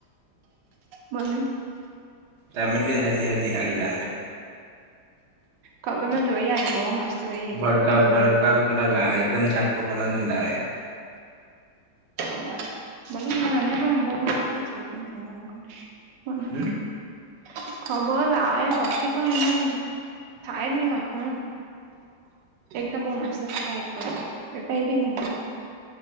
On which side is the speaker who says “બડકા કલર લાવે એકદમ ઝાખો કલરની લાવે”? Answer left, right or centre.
Right